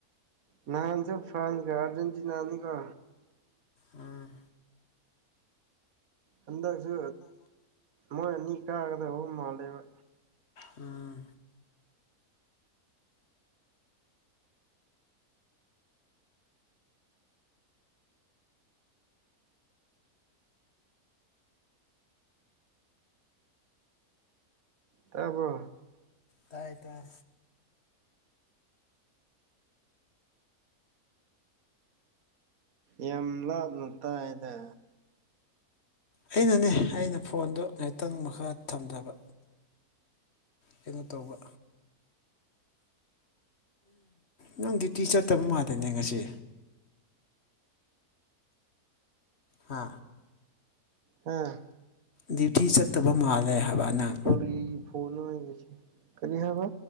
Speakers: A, on the right; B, on the left.
A: ꯅꯥꯍꯟꯁꯨ ꯐ꯭ꯔꯥꯟꯁ ꯀ ꯑꯔꯖꯦꯟꯇꯤꯟꯅꯥ ꯑꯅꯤꯀꯣ
B: ꯎꯝ
A: ꯍꯟꯗꯛꯁꯨ ꯃꯣꯏ ꯑꯅꯤ ꯀꯥꯒꯗꯕꯧꯕ ꯃꯥꯜꯂꯦꯕ
B: ꯎꯝ
A: ꯇꯄ
B: ꯇꯥꯏ ꯇꯥꯏ
A: ꯌꯥꯝ ꯂꯥꯞꯅ ꯇꯥꯏꯗ
B: ꯑꯩꯅꯅꯦ ꯑꯩꯅ ꯐꯣꯟꯗꯨ ꯉꯥꯏꯍꯥꯛꯇꯪ ꯃꯈꯥ ꯊꯝꯕ ꯀꯩꯅꯣ ꯇꯧꯕ ꯅꯪ ꯗ꯭ꯌꯨꯇꯤ ꯆꯠꯇꯕ ꯃꯥꯜꯗꯅꯦ ꯉꯁꯤ ꯍꯥ
A: ꯍꯥꯥ
B: ꯗ꯭ꯌꯨꯇꯤ ꯆꯠꯇꯕ ꯃꯥꯂꯦ ꯍꯥꯏꯕ ꯅꯪ
A: ꯀꯔꯤ ꯐꯣꯟꯣꯟ ꯀꯔꯤ ꯍꯥꯏꯕ